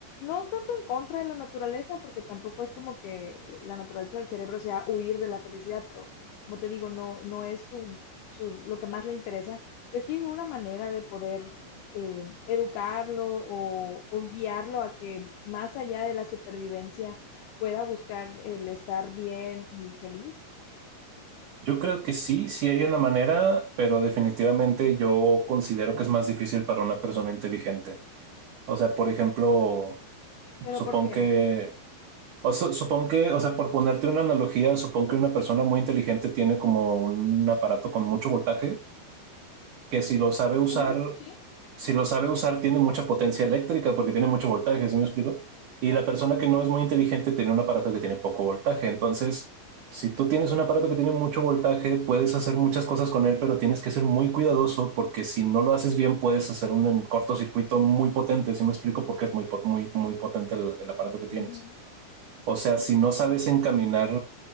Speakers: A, on the left; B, on the right.
A: No tanto en contra de la naturaleza, porque tampoco es como que la naturaleza del cerebro sea huir de la felicidad, pero como te digo, no, no es su, su, lo que más le interesa ¿Crees que hay una manera de poder eh, educarlo o, o guiarlo a que más allá de la supervivencia pueda buscar el estar bien y feliz?
B: Yo creo que sí, sí hay una manera, pero definitivamente yo considero que es más difícil para una persona inteligente. O sea, por ejemplo,
A: ¿Pero
B: supongo
A: por qué?
B: que O su- supongo que, o sea, por ponerte una analogía, supongo que una persona muy inteligente tiene como un aparato con mucho voltaje, que si lo sabe usar,
A: Ujú, sí.
B: si lo sabe usar, tiene mucha potencia eléctrica porque tiene mucho voltaje, ¿sí me explico? Y la persona que no es muy inteligente tiene un aparato que tiene poco voltaje. Entonces, si tú tienes un aparato que tiene mucho voltaje, puedes hacer muchas cosas con él, pero tienes que ser muy cuidadoso porque si no lo haces bien, puedes hacer un cortocircuito muy potente, ¿sí me explico? Porque es muy, pot- muy, muy potente el el aparato que tienes.
A: Ujú.
B: O sea, si no sabes encaminar